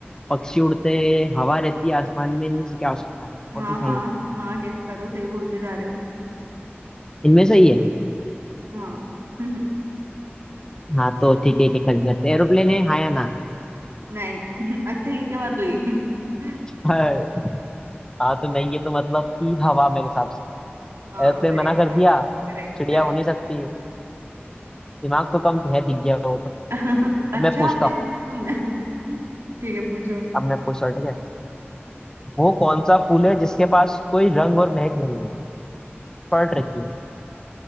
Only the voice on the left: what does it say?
पक्षी उड़ते हैं हवा रहती है आसमान में इनमें से क्या हो सकता है
और तो क्या
ही हो सकता
है
इनमें से ही है
हाँ तो ठीक है एक एक करके करते हैं एरोप्लेन है हाँ या ना
हाँ हाँ तो नहीं ये तो मतलब कि हवा मेरे हिसाब से एरोप्लेन
मना कर दिया
चिड़िया
हो नहीं सकती दिमाग तो कम है दिख गया वो तो
अब मैं पूछता
हूँ
अब मैं पूछता हूँ ठीक है वो कौन सा फूल है जिसके पास कोई रंग और महक नहीं है पलट रखी है